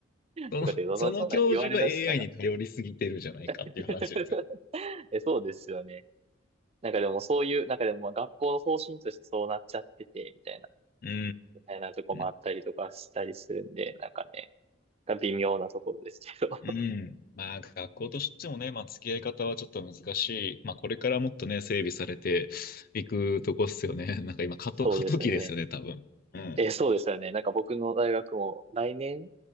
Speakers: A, on the left; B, on the right.
A: その、
B: とかって、そそんなん言われだしたら
A: その教授が AI に頼りすぎてるじゃないかっていう話ですよね。
B: <laughs> え、そうですよね。なんかでもそういう、なんかでもまあ学校の方針としてそうなっちゃってて、みたいな。
A: うんう
B: たいなとこもあったりとかしたりするんで、
A: ん
B: なんかね、微妙なところですけど。<laughs>
A: うんうんうん。うん。まあ学校としてもね、まあ付き合い方はちょっと難しい。まあこれからもっとね、整備されていくとこっすよね。<laughs> なんか今過渡、
B: そうですね。
A: 過渡期ですよね、多分。うん。
B: え、そうですよね。なんか僕の大学も来年